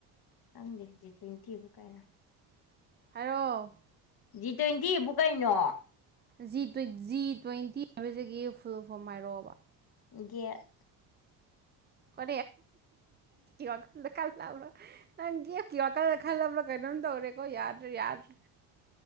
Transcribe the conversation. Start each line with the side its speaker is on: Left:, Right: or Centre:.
Left: ꯀꯪꯗ ꯍꯧꯖꯤꯛꯇ ꯊꯤꯕ ꯀꯥꯏꯅ
Right: ꯍꯥꯏꯔꯣ
Left: ꯖꯤ ꯇ꯭ꯋꯦꯟꯇꯤ ꯏꯕꯨ ꯀꯩꯅꯣ
Right: ꯖꯤ ꯖꯤ ꯇ꯭ꯋꯦꯟꯇꯤ ꯍꯥꯏꯕꯁꯤꯒꯤ ꯐꯨꯜ ꯐꯣꯝ ꯍꯥꯏꯔꯛꯑꯣꯕ
Left: ꯌꯦꯠ
Right: ꯀ ꯌꯦꯦꯀꯜꯗ ꯀꯜꯂꯝꯕꯣ ꯅꯪ ꯌꯦ ꯒꯤ ꯀ ꯑꯀꯜ ꯈꯜꯂꯕꯂꯣ ꯀꯩꯅꯣꯝ ꯇꯧꯔꯦꯀꯣ ꯌꯥꯗ꯭ꯔꯥ ꯌꯥꯗ꯭ꯔꯥ